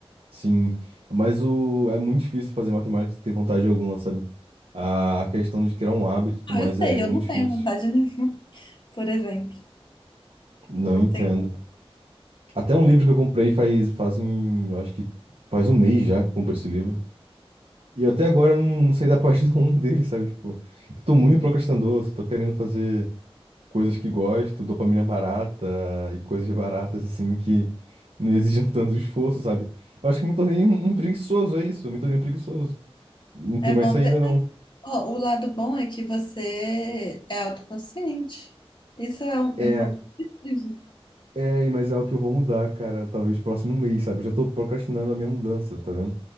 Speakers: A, on the right; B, on the left.
A: Sim, mas o é muito difícil fazer matemática sem ter vontade alguma, sabe? A, a questão de criar um hábito e tudo
B: Não,
A: mais
B: eu sei,
A: é, é muito
B: eu não
A: difícil.
B: tenho vontade <laughs> nenhuma, por exemplo.
A: Não
B: Não
A: entendo.
B: tenho.
A: Até um livro que eu comprei faz, fazem, eu acho que faz um mês já que eu comprei esse livro. E eu até agora não, não saí da página <laughs> um dele, sabe? Tipo, eu tô muito procrastinador, só tô querendo fazer. coisas que gosto, dopamina barata e coisas baratas assim que não exigem tanto esforço, sabe? Eu acho que eu me tornei um, um preguiçoso, é isso, eu me tornei um preguiçoso. Não tem
B: É
A: mais
B: bom
A: saída,
B: ter.
A: não.
B: Ó, o lado bom é que você é autoconsciente. Isso é um,
A: É,
B: um ponto positivo.
A: é, mas é algo que eu vou mudar, cara, talvez próximo mês, sabe? Eu já tô procrastinando a minha mudança, tá vendo?